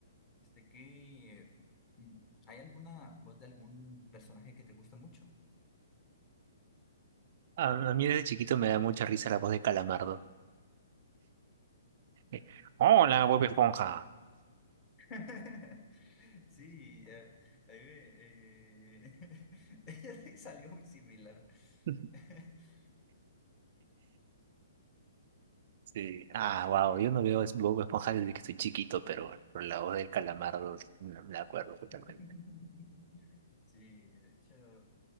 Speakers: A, on the left (about 25°); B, on the right (about 50°).
A: este, que mm, ¿hay alguna voz de algún personaje que te guste mucho?
B: A, a mí desde chiquito me da mucha risa la voz de Calamardo. Eh, Hola, Bob Esponja.
A: <laughs> Sí, eh, a me, eh, <laughs> salió muy similar.
B: <laughs>
A: <laughs>
B: Sí. Ah,
A: Entonces,
B: wow.
A: eh,
B: Yo no veo es- Bob Esponja desde que soy chiquito, pero, pero la voz del Calamardo me me la acuerdo totalmente.
A: <laughs> sí, de hecho.